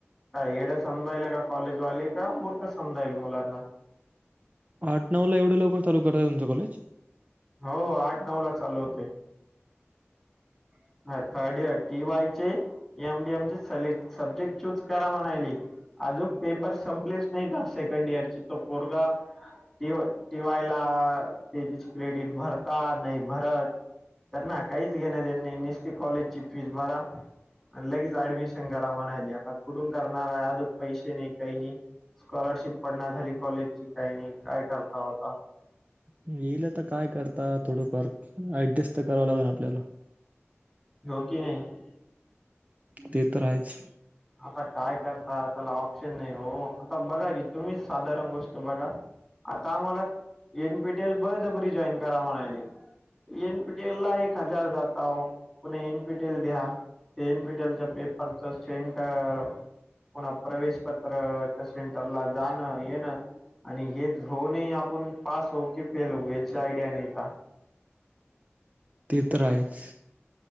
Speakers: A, in the centre; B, on the right.
A: का येड समजायेला का कॉले समजाईल मुलांना
B: आठ नऊ ला एवढ्या लवकर चालू करतात तुमचं कॉलेज?
A: हो आठ नऊ ला चालू होतय.
B: <unintelligible> <inaudible>
A: ह, थर्ड इयर, टी. वाय चे एम. डी. एम चे स सब्जेक्ट चूज करा म्हणायले. अजून पेपर संपलेच नाहीत सेकंड इयरचे, तो पोरगा टी टीवायला, तेजीच क्रेडिट भरता नाही भरत त्यांना काहीच घेण देणं नाही, त्यांनी नुसती कॉलेजची फीज भरा. लगेच ऍडमिशन करा म्हणायली, आता कुठून करणार आहे, अजून पैसे नाही काही नाही. स्कॉलरशिप पडना झाली, कॉलेजची काही नाही, काय करता आत्ता.
B: येईल आता काय करता थोडंफार, ऍडजस्ट तर करावं लागल आपल्याला.
A: हो कि नाही.
B: ते तर आहेच.
A: आता काय करता, त्याला ऑप्शन नाही हो, आता बघा की, तुम्हीच साधारण गोष्ट बघा आता आम्हाला, एन. पी. टी. एल बळजबरी जॉईन करा म्हणायली एन. पी. टी. एल ला एक हजार जाता हो, पुन्हा एन. पी. टी. एल द्या. ते एन. पी. टी. एल चा सेंटर पुन्हा प्रवेश पत्र, त्या सेंटरला जाणं येणं आणि हे होऊनही आपण पास होऊ, की फेल होऊ, याची आयडिया नाहीता.
B: ते तर आहेच.